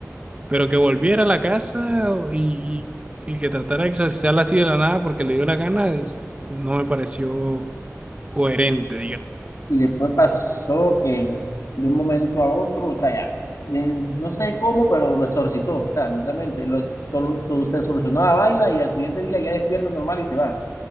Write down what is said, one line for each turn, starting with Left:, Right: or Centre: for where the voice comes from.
Right: pero que volviera a la casa o- y, y que tratara de exorcizarla así de la nada porque le dio la gana, es- no me pareció coherente,
Left: y después pasó que de un momento a otro, o sea, ya, de- no sé cómo, pero lo exorcizó, o sea, literalmente, lo, todo- todo se solucionó la vaina y al siguiente día ya despierta normal y se va.